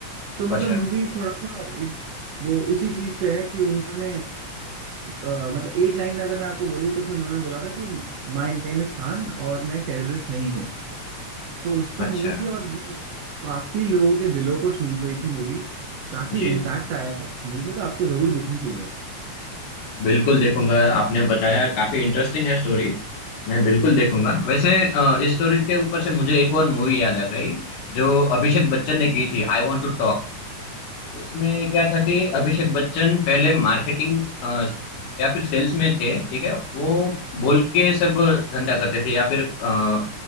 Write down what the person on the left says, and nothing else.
अच्छा,
अच्छा।
जी,
बिल्कुल देखूँगा, आपने बताया काफ़ी इंटरेस्टिंग है स्टोरी, मैं बिल्कुल देखूँगा। वैसे अ, इस स्टोरी के ऊपर से मुझे एक और मूवी याद आ गई, जो अभिषेक बच्चन ने की थी, आई वांट टू टॉक। उसमें क्या था कि अभिषेक बच्चन पहले मार्केटिंग अ, या फिर सेल्स में थे, ठीक है? वो बोल के सब धंधा करते थे या फिर अ,